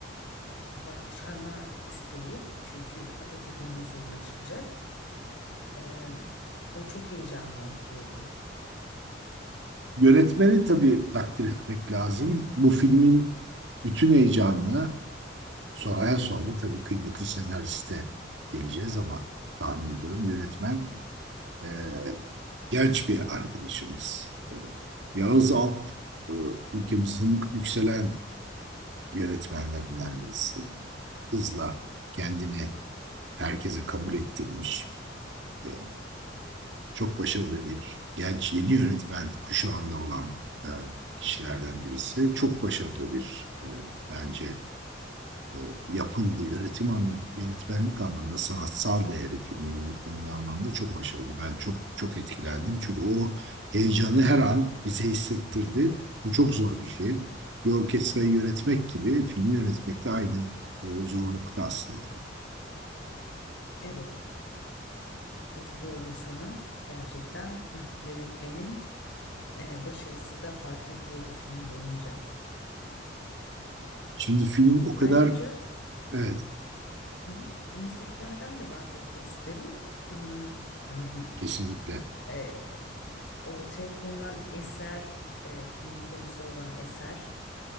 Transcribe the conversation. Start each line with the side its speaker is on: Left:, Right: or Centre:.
Left: başarma isteği. Çünkü Atatürk'ün huzuruna çıkacak. E, o çok heyecanlandırıyordu.
Right: Yönetmeni tabii takdir etmek lazım. Bu filmin bütün heyecanını sonraya sonra tabii kıymetli senariste geleceğiz ama tahmin ediyorum yönetmen e, genç bir arkadaşımız. E, Yağız Alp e, ülkemizin yükselen yönetmenlerinden birisi. Hızla kendini herkese kabul ettirmiş. E, Çok başarılı bir genç yeni yönetmen kuşağında olan e, kişilerden birisi. Çok başarılı bir e, bence e, yapımdı. Yönetim anlamında, yönetmenlik anlamında sanatsal değeri filmin yönetmenliği anlamında çok başarılı. Ben çok çok etkilendim. Çünkü o heyecanı her an bize hissettirdi. Bu çok zor bir şey. Bir orkestrayı yönetmek gibi filmi yönetmek de aynı e, zorlukta aslında.
Left: Evet, katılıyorum sana. Gerçekten <laughs> yönetmenin e, başarısı da fark ediliyordu film boyunca.
Right: Şimdi film o kadar
Left: Ayrıca
Right: evet
Left: hı, müziklerden de bahsetmek isterim. Hmm, yani,
Right: kesinlikle.
Left: e, ortaya konulan eser, e, filmin konusu olan eser,